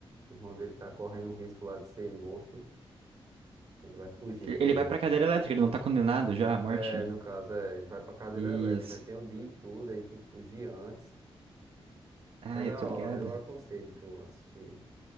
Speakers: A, on the right (about 35°); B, on the right (about 75°).
A: o irmão dele tá correndo um risco lá de ser morto. Ele vai fugir
B: Ele
A: com
B: ele
A: o irmão.
B: vai pra cadeira elétrica, ele não tá condenado já à morte?
A: É, no caso, é, ele vai pra cadeira
B: Isso.
A: elétrica. Tem o dia e tudo, aí tem que fugir antes.
B: Ah,
A: É da
B: eu tô
A: hora,
B: ligado.
A: eu aconselho tu assistir.